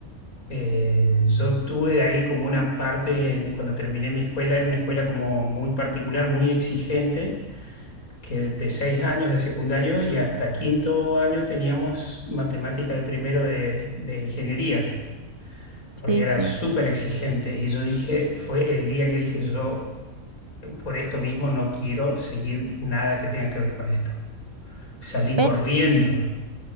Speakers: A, on the left; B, on the right.
A: eh, yo tuve ahí como una parte, cuando terminé mi escuela, era una escuela como muy particular, muy exigente que de seis años de secundario y hasta quinto año teníamos matemática de primero de, de ingeniería, porque
B: sí,
A: era
B: sí.
A: súper exigente. Y yo dije, fue el día que dije, yo por esto mismo no quiero seguir nada que tenga que ver con esto. Salí
B: Ven,
A: corriendo.